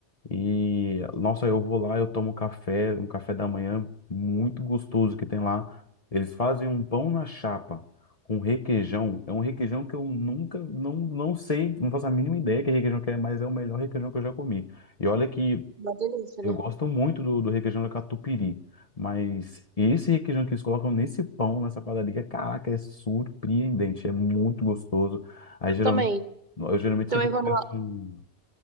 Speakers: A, on the left (about 35°); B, on the right (about 45°).
A: E, nossa, eu vou lá, eu tomo café, um café da manhã muito gostoso que tem lá. Eles fazem um pão na chapa com requeijão. É um requeijão que eu nunca, não, não sei, não faço a mínima ideia que requeijão que é, mas é o melhor requeijão que eu já comi. E olha que
B: Uma delícia,
A: eu
B: né?
A: gosto
B: Eu
A: muito do, do requeijão da catupiry, mas esse requeijão que eles colocam nesse pão, nessa padaria, caraca, é surpreendente, é muito gostoso. Aí geralmente,
B: também.
A: eu geralmente
B: Também
A: sempre
B: vou
A: peço
B: numa,
A: um...